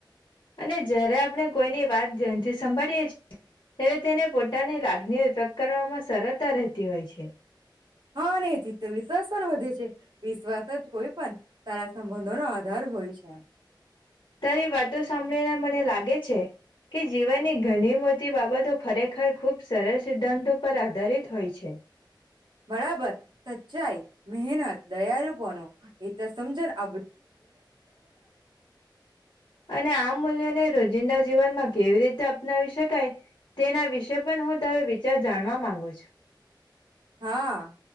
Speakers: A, on the left (about 75°); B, on the right (about 70°).
A: અને જ્યારે આપણે કોઈની વાત ધનથી સંભાળીએ છીએ ત્યારે તેને પોતાની લાગણીઓ વ્યક્ત કરવામાં સરળતા રહેતી હોય છે.
B: હા અને એથીિત તો વિશ્વાસ પણ વધે છે વિશ્વાસ જ કોઈ પણ સારા સંબંધોનો આધાર હોય છે.
A: તારી વાતો સાંભળીને મને લાગે છે કે જીવનની ઘણી મોટી બાબતો ખરેખર ખૂબ સરળ સિદ્ધાંતો પર આધારિત હોય છે.
B: બરાબર સચ્ચાઈ મહેનત દયારૂપો ન એત સમજન આ બ
A: અને આ મૂલ્યોને રોજિંદા જીવનમાં કેવી રીતે અપનાવી શકાય તેના વિશે પણ હું તારો વિચાર જાણવા માંગુ છું.
B: હા.